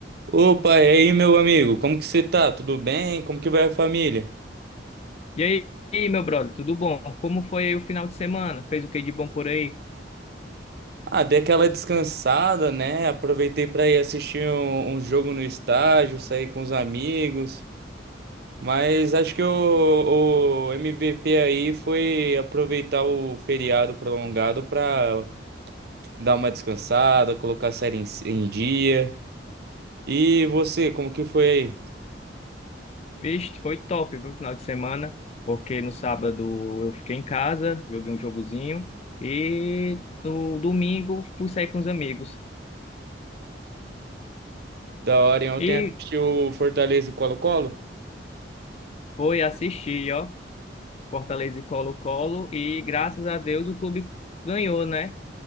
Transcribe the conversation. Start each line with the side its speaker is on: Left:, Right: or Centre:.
Right: Opa, e aí, meu amigo? Como que você tá? Tudo bem? Como que vai a família?
Left: E aí, e aí, meu brother, tudo bom? Como foi aí o final de semana? Fez o que de bom por aí?
Right: Ah, dei aquela descansada, né? Aproveitei para ir assistir um, um jogo no estádio, sair com os amigos. Mas acho que o, o MVP aí foi aproveitar o feriado prolongado para dar uma descansada, colocar a série em, em dia. E você, como que foi aí?
Left: Vixe, foi top, viu, o final de semana, porque no sábado eu fiquei em casa, joguei um jogozinho, e no domingo fui sair com os amigos.
Right: Da hora, hein? ontem
Left: E
Right: assistiu o Fortaleza e Colo-Colo?
Left: foi assistir, ó, Fortaleza e Colo-Colo, e graças a Deus o clube ganhou, né?